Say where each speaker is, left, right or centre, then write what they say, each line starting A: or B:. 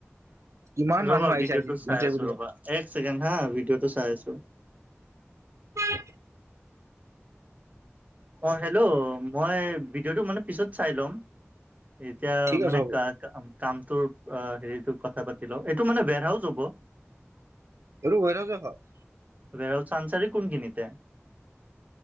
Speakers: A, on the right; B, on the right.
A: ইমান মানুহ
B: ৰবা
A: আহিছে
B: ভিডিঅ'টো
A: আজি
B: চাই
A: ইণ্টাৰভিউ
B: আছো
A: দিব
B: ৰবা এক ছেকেণ্ড হা ভিডিঅ'টো চাই আছো।
A: পেক
B: অ হেল্ল' মই ভিডিঅ'টো মানে পিছত চাই ল'ম এতিয়া
A: ঠিক
B: মানে
A: আছে হ'ব
B: কা কা কামটোৰ হেৰিটো কথা পাতি লওঁ এইটো মানে বে়ৰহাউজ হ'ব।
A: এইটো বেৰহাউজ এ হয়।
B: বেৰাও চানচাৰি কোনখিনিতে‌?